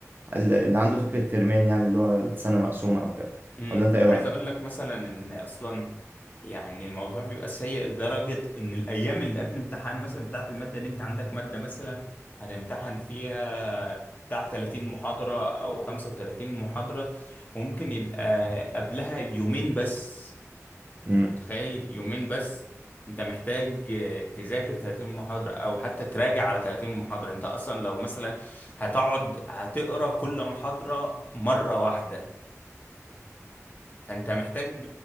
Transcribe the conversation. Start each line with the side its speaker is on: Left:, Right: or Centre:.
Right: اللي اللي عنده فكره ترمين يعني اللي هو السنه مقسومه او كده
Left: امم
Right: ولا انت ايه رايك
Left: عايز اقول لك مثلا ان اصلا يعني الموضوع بيبقى سيء لدرجة ان الايام اللي قبل الامتحان مثلا بتاعة المادة اللي انت عندك مادة مثلا هتمتحن فيها بتاع 30 محاضرة او 35 محاضرة ممكن يبقى قبلها يومين بس
Right: امم
Left: طب متخيل يومين بس انت محتاج آه، تذاكر 30 محاضرة او حتى تراجع على 30 محاضرة انت اصلا لو مثلا هتقعد هتقرا كل محاضرة مرة واحدة فانت محتاج